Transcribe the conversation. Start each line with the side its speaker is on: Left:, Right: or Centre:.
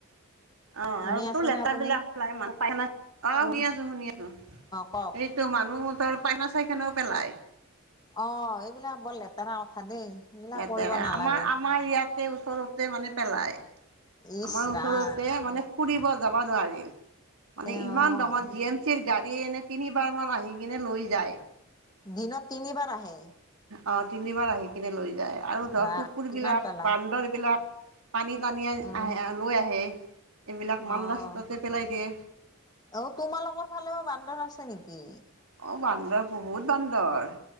Right: অ
Left: শুনি
Right: আৰু
Left: আছেনে
Right: তোৰ লেটেৰা
Left: আপুনি?
Right: বিলাক <unintelligible> অ
Left: অ',
Right: শুনি আছো শুনি আছো
Left: কওক
Right: এই তো মানুহতৰ পাইনা চাইখানও পেলায়
Left: অ এইবিলাক বৰ লেতেৰা কথা দেই এইবিলাক
Right: লেতেৰা
Left: কৰিব নালাগে।
Right: আমাৰ আমাৰ ইয়াতে ওচৰতে মানে পেলায়
Left: ইচ
Right: আমাৰ ওচৰতে
Left: ৰাম
Right: মানে ফুৰিব যাব নোৱাৰি মানে
Left: অ',
Right: ইমান দমত জি এম খিৰ গাড়ী এনে তিনিবাৰ মান আহি কিনে লৈ যায়।
Left: দিনত তিনিবাৰ আহে।
Right: অ তিনিবাৰ আহি কিনে লৈ যায় আৰু ধৰ
Left: বা
Right: কুকুৰবিলাক,
Left: কিমান পেলাই
Right: বান্দৰবিলাক টানি টানিয়ে
Left: উম,
Right: আহে লৈ আহে এইবিলাক মান
Left: অ',
Right: ৰাস্তাতে পেলাই দিয়ে।
Left: অ তোমালোকৰ ফালেও বান্দৰ আছে নেকি?
Right: অ বান্দৰ বহুত বান্দৰ।